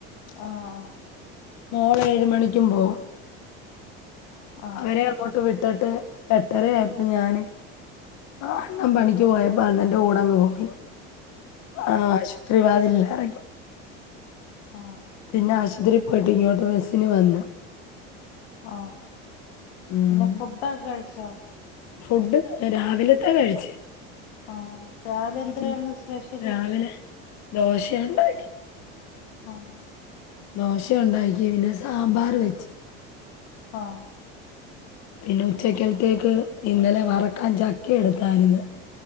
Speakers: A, on the left (about 85°); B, on the left (about 60°).
A: ആഹ്
B: മോൾ ഏഴ് മണിക്കും പോവും.
A: ആഹ്
B: അവരെ അങ്ങോട്ട് വിട്ടട്ട് എട്ടരയായപ്പോ ഞാന് അണ്ണൻ പണിക്ക് പോയപ്പോ അണ്ണന്റെ കൂടങ്ങ് പോയി. ആഹ് ആശുപത്രി വാതിലിൽ ഇറങ്ങി.
A: ആഹ്
B: പിന്നെ ആശുപത്രി പോയിട്ട് ഇങ്ങോട്ട് ബസ്സിന് വന്ന്.
A: ആഹ്.
B: ഉം
A: പിന്നെ ഫുഡൊക്കെ കഴിച്ചോ?
B: ഫുഡ് രാവിലത്ത കഴിച്ച്.
A: ആഹ് രാവിലെ എന്താരായിരുന്നു
B: ഉം.
A: സ്പെഷ്യല്?
B: രാവിലെ ദോശയുണ്ടാക്കി.
A: ആഹ്
B: ദോശ ഉണ്ടാക്കി പിന്നെ സാമ്പാർ വെച്ച്.
A: ആഹ്.
B: പിന്നെ ഉച്ചക്കലത്തേക്ക് ഇന്നലെ വറക്കാൻ ചക്ക എടുത്തായിരുന്നു.